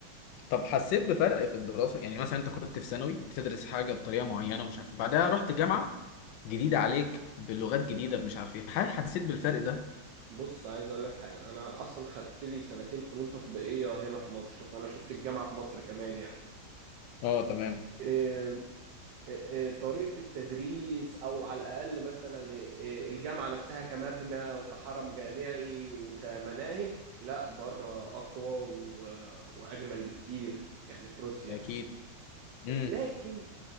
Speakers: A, on the left; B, on the right.
A: طب حسيت بفرق في الدراسه يعني مثلا انت كنت في ثانوي بتدرس حاجه بطريقه معينه ومش عارف إيه. بعدها رحت جامعه جديده عليك بلغات جديده مش عارف ايه هل حسيت بالفرق ده
B: بص عايز اقول لك حاجه انا اصلا خدت لي سنتين فنون تطبيقيه هنا في مصر فانا شفت الجامعه في مصر كمان يعني
A: اه تمام
B: إيه- إيه- طريقه التدريس او على الاقل مثلا إيه- الجامعه نفسها كمبنى وكحرم جامعي وكمناهج لا بره اقوى و- واجمل بكتير يعني في روسيا
A: اكيد امم
B: لكن